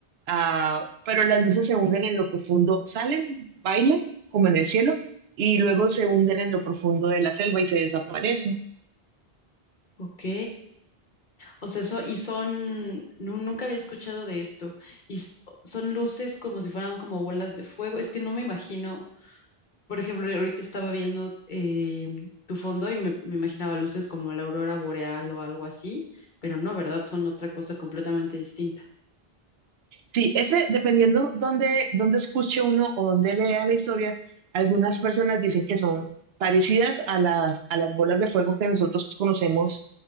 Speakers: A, on the right; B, on the left.
A: ah, pero las luces se hunden en lo profundo, salen, bailan como en el cielo y luego se hunden en lo profundo de la selva y se desaparecen.
B: Ok, o sea, so- y son, nu- nunca había escuchado de esto, y s- son luces como si fueran como bolas de fuego, es que no me imagino. Por ejemplo, ahorita estaba viendo eh, tu fondo y me, me imaginaba luces como la aurora boreal o algo así, pero no, ¿verdad? Son otra cosa completamente distinta.
A: Sí, ese, dependiendo dónde, dónde escuche uno o dónde lea la historia, algunas personas dicen que son parecidas a las, a las bolas de fuego que nosotros conocemos